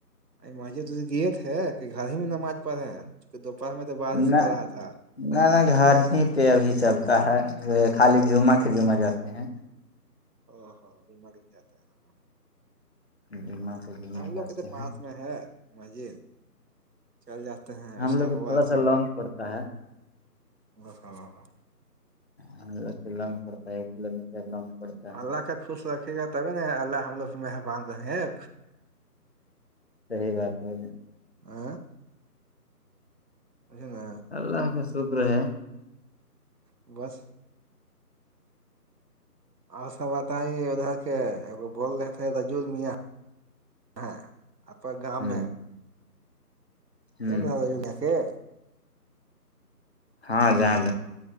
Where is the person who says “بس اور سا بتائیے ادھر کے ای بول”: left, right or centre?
Right